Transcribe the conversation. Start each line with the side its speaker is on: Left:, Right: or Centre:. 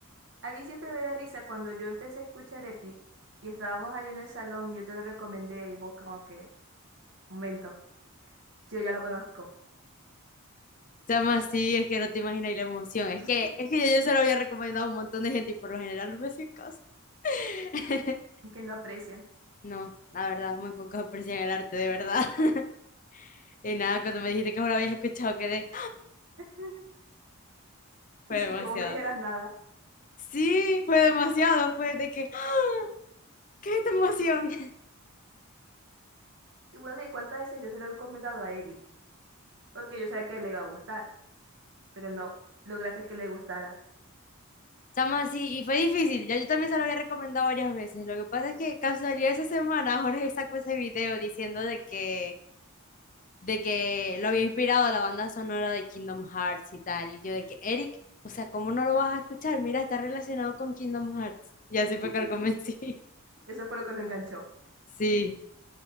Right: a mí siempre me da risa cuando yo empecé a escuchar Epic y estábamos allá en el salón y yo te lo recomendé y vos como que, momento, yo ya lo conozco.
Left: Chama, sí, es que no te imaginas la emoción. Es
Right: <laughs>
Left: que, es que yo, yo se lo había recomendado a un montón de gente y por lo general no me hacían caso. <laughs>
Right: Que no aprecian.
Left: No, la verdad, muy pocos aprecian el arte, de verdad. <laughs> Y nada, cuando me dijiste que no lo habías escuchado, quedé.
Right: <laughs>
Left: <gasps> Fue
Right: Y sí
Left: demasiado.
Right: que vos me dijeras nada.
Left: Sí, fue demasiado. Fue de que, <gasps> ¿qué es esta emoción?
Right: Y bueno, de cuántas veces yo se lo he comentado a Eric, porque yo sabía que le iba a gustar, pero no, lograste que le gustara.
Left: Chama, sí, y fue difícil. Ya yo también se lo había recomendado varias veces. Lo que pasa es que casualidad esa semana <laughs> Jorge sacó ese video diciendo de que, de que lo había inspirado la banda sonora de Kingdom Hearts y tal. Y yo de que, Eric, o sea, ¿cómo no lo vas a escuchar? Mira, está relacionado con Kingdom Hearts. Y así
Right: <laughs>
Left: fue que lo convencí. <laughs>
Right: Eso fue lo que lo enganchó.
Left: Sí,